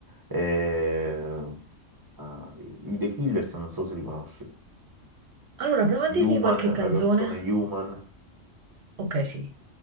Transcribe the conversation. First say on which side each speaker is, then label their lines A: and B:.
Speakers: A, on the right; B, on the right.
A: Eh, ah, i The Killers, non so se li conosci.
B: Allora, prova a dirmi
A: Human,
B: qualche canzone.
A: la canzone Human.
B: Ok, sì,